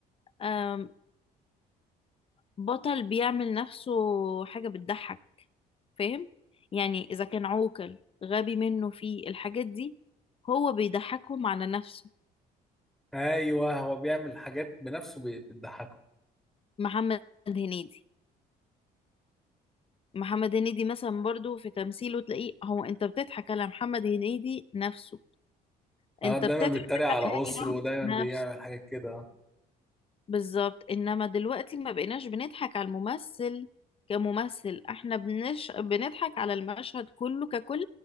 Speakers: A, on the left; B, in the centre.
A: آم، بطل بيعمل نفسه حاجة بتضحك فاهم يعني إذا كان عوكل غبي منه في الحاجات دي هو بيضحكهم على نفسه
B: ايوه هو بيعمل حاجات بنفسه بي- بتضحك
A: محمد هنيدي محمد هنيدي مثلا برضو في تمثيله تلاقيه هو انت بتضحك على محمد هنيدي نفسه انت
B: اه دايما
A: بتضحك
B: بيتريق على
A: على هاني
B: اسره
A: رمزي
B: ودايما
A: نفسه
B: بيعمل حاجات كده
A: بالظبط انما دلوقتي ما بقيناش بنضحك على الممثل كممثل احنا بنش... بنضحك على المشهد كله ككل